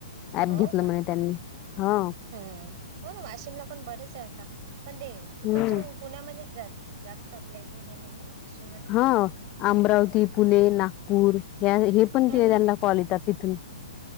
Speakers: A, on the left; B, on the right.
A: ॲप
B: हो
A: घेतलं
B: का
A: म्हणे त्यांनी हा
B: हम्म हो ना वाशिमला पण बरेच आहे आता पण ते तिकडचे
A: हं.
B: पण पुण्यामध्येच जर जास्त आपल्या इकडे हे नाही ना वाशिममध्ये
A: हा अमरावती पुणे नागपूर हे पण
B: हम्म
A: ते त्यांना कॉल येतात इथून